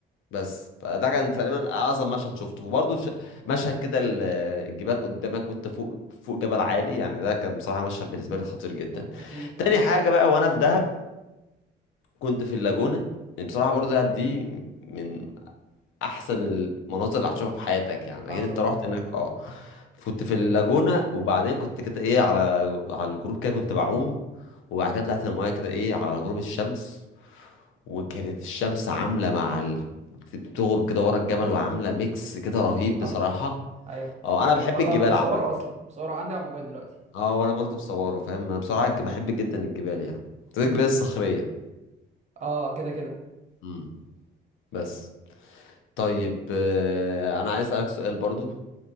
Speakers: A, on the left; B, on the right.
A: بس فده كان تقريبا اعظم مشهد شفته وبرضه ش... مشهد كده ال- الجبال قدامك وانت فوق فوق جبل عالي يعني ده كان بصراحه مشهد بالنسبه لي خطير جدا
B: اكيد
A: تاني حاجه بقى وانا في دهب كنت في اللاجونه يعني بصراحه برضه دهب دي من احسن المناظر اللي هتشوفها في حياتك يعني
B: حصل
A: اكيد انت رحت هناك اه كنت في اللاجونه وبعدين كنت كده ايه على على الجروب كده كنت بعوم وبعد كده طلعت المايه كده ايه على غروب الشمس وكانت الشمس عاملة مع ال... بتغرب كده ورا الجبل وعاملة ميكس كده رهيب
B: حصل
A: بصراحة
B: ايوه
A: اه انا بحب
B: حضرت
A: الجبال
B: مصوره
A: عامة
B: اصلا مصوره عندي على الموبايل دلوقتي
A: اه وانا برضو بصوره فاهم انا بصراحة
B: امم
A: الج- بحب جدا الجبال يعني زي
B: امم
A: الجبال الصخرية
B: اه كده كده
A: امم بس طيب آه، انا عايز اسألك سؤال برضو